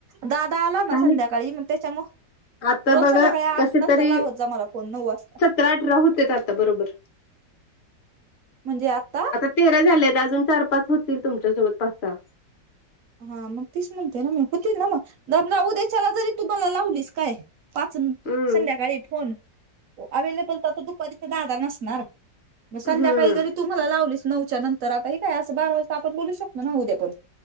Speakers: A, on the right; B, on the left.
A: दादा आला ना
B: झाले
A: संध्याकाळी मग त्याच्या मो
B: आता
A: रोज
B: बघा
A: संध्याकाळी आठ
B: कसे
A: नंतर
B: तरी
A: लावत जा मला फोन नऊ वाजता.
B: सतरा अठरा होतेत आता बरोबर.
A: म्हणजे आता.
B: तेरा झाले तर अजून चार पाच होतील तुमच्यासोबत पाच सहा.
A: हा मग तीच म्हणते ना मी होतील ना मग राहुदे उद्याचाला जरी तुम्हाला लावलीस काय पाच
B: हम्म
A: संध्याकाळी फोन अव्हेलेबल तर आता दुपारीचा दादा नसणार मग
B: हम्म
A: संध्याकाळी जरी तू मला लावलीस नऊच्या नंतर आता हे काय असं बारा वाजता आपण बोलूच शकतो ना उद्या पण.